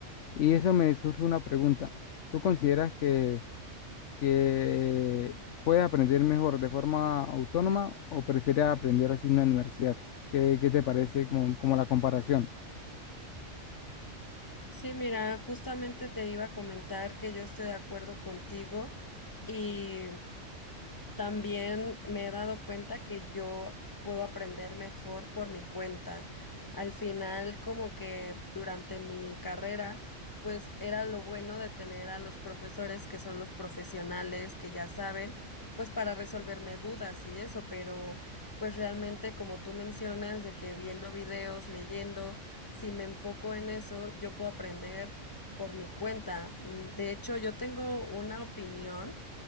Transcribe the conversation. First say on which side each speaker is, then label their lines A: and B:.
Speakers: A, on the left (about 70°); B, on the left (about 15°).
A: Y eso me surge una pregunta. ¿Tú consideras que, que puedes aprender mejor de forma autónoma o prefieres aprender así en una universidad? ¿Qué, qué te parece como, como la comparación?
B: Sí, mira, justamente te iba a comentar que yo estoy de acuerdo contigo y También me he dado cuenta que yo puedo aprender mejor por mi cuenta. Al final, como que durante mi carrera, pues era lo bueno de tener a los profesores que son los profesionales que ya saben, pues para resolverme dudas y eso, pero pues realmente como tú mencionas, de que viendo videos, leyendo, si me enfoco en eso, yo puedo aprender por mi cuenta. Mm, De hecho, yo tengo una opinión